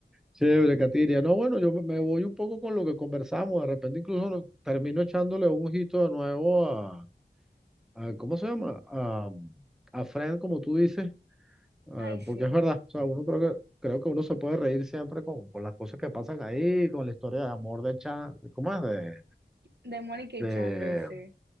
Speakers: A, in the centre; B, on the right.
A: Chévere, Katiria. No, bueno, yo me me voy un poco con lo que conversamos. De repente incluso lo- termino echándole un ojito de nuevo a, a- ¿cómo se llama? A, a Friend, como tú dices, eh,
B: Ay, sí.
A: porque es verdad. O sea, uno creo que, creo que uno se puede reír siempre con, con las cosas que pasan ahí, con la historia de amor de Chan, ¿cómo es? De,
B: De Mónica y
A: de,
B: Chandler, sí.